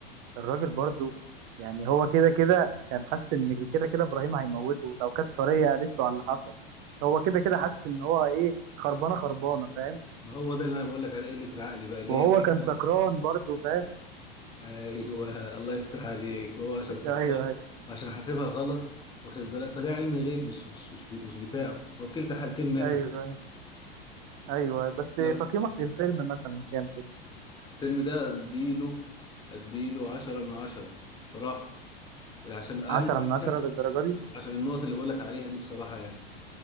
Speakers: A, on the right; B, on the left.
A: الراجل برضو يعني هو كده كده كان حاسس ان كده كده ابراهيم هيموته لو كانت سوريا قالت له على اللي حصل هو كده كده حاسس ان هو ايه خربانه خربانه فاهم
B: ما هو ده اللي انا بقول لك عليه قله العقل بقى اللي
A: وهو
B: هي الحكمه
A: كان سكران برضو فاهم
B: ايوه الله يفتح عليك هو عشان
A: ايوه
B: سكران
A: ايوه
B: وعشان حاسبها غلط واخد بالك فده علم غيب مش مش مش مش بتاعه وفي كلتا حالتين مات
A: ايوه ايوه بس
B: لو
A: تقييمك للفيلم مثلا كام كده
B: الفيلم ده اديله اديله 10 من 10 بصراحه عشان اهم
A: عشرة من عشرة
B: حاجه
A: للدرجه دي
B: عشان النقط اللي بقول لك عليها دي بصراحه يعني